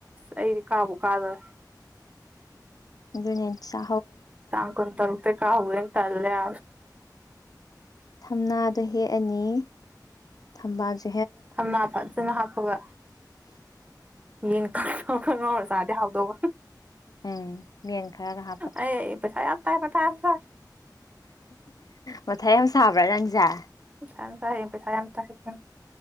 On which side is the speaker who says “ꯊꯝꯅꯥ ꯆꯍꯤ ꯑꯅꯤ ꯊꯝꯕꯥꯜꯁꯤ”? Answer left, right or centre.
Left